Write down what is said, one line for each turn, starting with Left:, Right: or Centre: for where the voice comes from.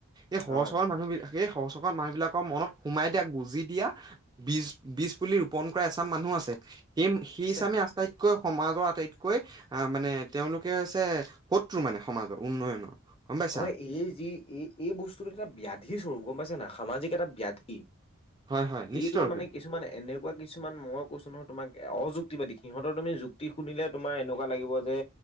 Right: এই সৰহ
Left: হয়
Right: চৰ মানুহ বিিলাক এই সৰহ চৰ মানুহবলাকৰ মনত সোমাই দিয়া গুজি দিয়া বজ বুলি ৰোপন কৰা এচাম মানুহ আছে সেই সেইচামে
Left: আছে
Right: আস্থাই আতকৈ সমাজৰ আটাইতকৈ আহ মানে তেওঁলোকে হৈছে শত্ৰু মানে সমাজৰ উন্নয়নৰ গম পাইছা
Left: হয় এই যি এই এই বস্তুত এটা ব ব্যাধি স্বৰূপ গম পাইছে নাখা সামাজিক এটা ব্যাধি
Right: হয় হয় নিশ্চিত
Left: এইটো
Right: ৰূপে
Left: মানে কিছুমান এনেকুৱা কিছুমান মই কৈছো নহয় তোমাক অযুক্তিবাদী সিহঁতৰ তুমি যুক্তি শুনিলে তোমাৰ এনেকুৱা লাগিব যে